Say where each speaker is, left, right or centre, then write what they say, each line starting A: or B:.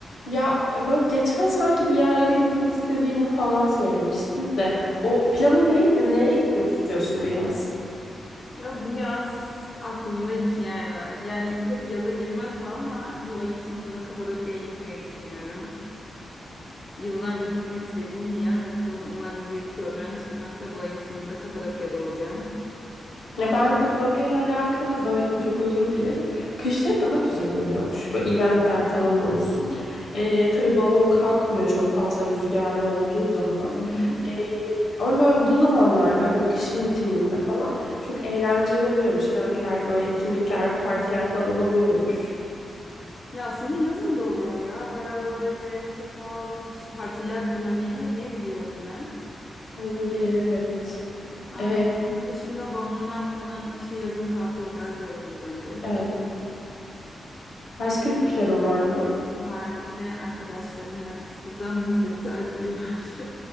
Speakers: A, on the left (about 75°); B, on the left (about 40°).
A: Ya e, böyle geçen sanki bir yerlere gitmek istediğini falan söylemiştin de o planın neydi? Nereye gitmek istiyorsun bu yaz?
B: Ya bu yaz aklımda iki yer var. Yani pek yaza girmez bu ama bu ayın sonunda Kapadokya'ya gitmeyi düşünüyorum. Yıllardır gitmek istediğim bir yer. Bakalım umarım bir problem çıkmazsa bu ayın sonunda Kapadokya'da olacağım.
A: Ya
B: Onu...
A: ben Kapadokya ile alakalı böldüm çok özür dilerim. Kışları daha güzel oluyormuş. Böyle eventler falan olsun. E, tabii balon kalkmıyor çok fazla rüzgarlı olduğu zaman.
B: Hı hı.
A: E, ama böyle bu zamanlarda böyle kışın bitiminde falan çok eğlenceli oluyormuş. Eventler böyle etkinlikler partiler falan oluyormuş.
B: Ya aslında yazın da oluyor ya. Baya böyle teknohouse partiler düzenleniyor diye biliyorum ben.
A: Olabilir evet.
B: Aynen.
A: E,
B: Onun dışında balonlar falan işte yazın kalkıyor daha güzel oluyor bence.
A: Evet. Başka bir planın var mı?
B: Var bir de arkadaşlarımla kız kıza Mısır tatili var.